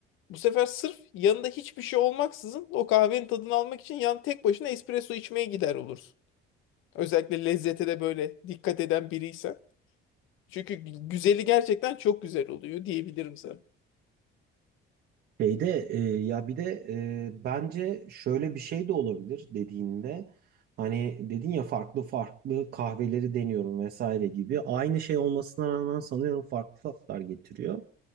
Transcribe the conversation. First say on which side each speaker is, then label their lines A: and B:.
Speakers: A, on the left; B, on the right.
A: Bu sefer sırf yanında hiçbir şey olmaksızın o kahvenin tadını almak için yan tek başına espresso içmeye gider olursun. Özellikle lezzete de böyle dikkat eden biriysen. Çünkü güzeli gerçekten çok güzel oluyor diyebilirim sana.
B: Şeyde e, ya bir de e, bence şöyle bir şey de olabilir dediğinde hani dedin ya farklı farklı kahveleri deniyorum vesaire gibi aynı şey olmasına rağmen sanıyorum farklı tatlar getiriyor.